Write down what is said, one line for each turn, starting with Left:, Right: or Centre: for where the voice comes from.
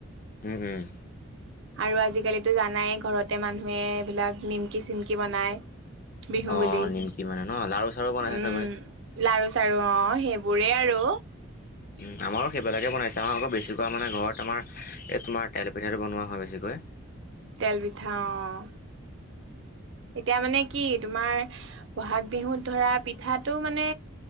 Left: উম উম।
Right: আৰু আজিকালিতো জানাই ঘৰতে মানুহে এইবিলাক। নিমকি চিমকি বনাই বিহু
Left: অ
Right: বুলি।
Left: নিমকি মানে ন লাৰু চাৰু বনাইছে
Right: উম
Left: চাগৈ
Right: লাৰু চাৰু অঁ, সেইবোৰেই আৰু।
Left: উম আমাৰো সেইবিলাকে বনাইছে আমাৰ আকৌ বেছিক কা মানে ঘৰত আমাৰ এই তোমাৰ তেল পিঠাটো বনোৱা হয় বেছিক কৈ। কৈ।
Right: তেল পিঠা অঁ। এতিয়া মানে কি তোমাৰ বহাগ বিহুত ধৰা পিঠাটো মানে